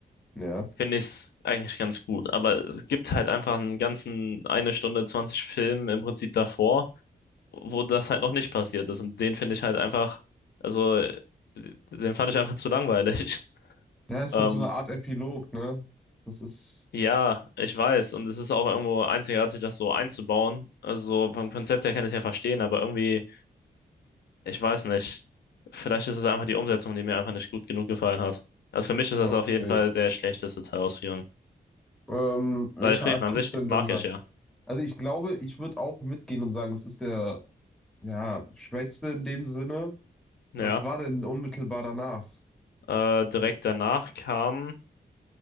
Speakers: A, in the centre; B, on the left (about 80°).
A: Ja.
B: finde ich es eigentlich ganz gut. Aber es gibt halt einfach einen ganzen eine Stunde 20 Film im Prinzip davor, wo das halt noch nicht passiert ist. Und den finde ich halt einfach, also äh, den fand ich einfach zu langweilig. <laughs>
A: Ja, ist
B: Ähm,
A: halt so eine Art Epilog, ne? Das ist
B: ja, ich weiß. Und es ist auch irgendwo einzigartig, das so einzubauen. Also vom Konzept her kann ich es ja verstehen, aber irgendwie. Ich weiß nicht. Vielleicht ist es einfach die Umsetzung, die mir einfach nicht gut genug gefallen hat. Also für mich ist das
A: okay.
B: auf jeden Fall der schlechteste Teil aus vielen.
A: Ähm, welcher
B: Weil Frieden
A: Arc
B: an
A: kommt
B: sich
A: denn
B: mag
A: dann nach?
B: ich ja.
A: Also ich glaube, ich würde auch mitgehen und sagen, das ist der, ja, schwächste in dem Sinne.
B: Ja.
A: Was war denn unmittelbar danach?
B: Äh, direkt danach kam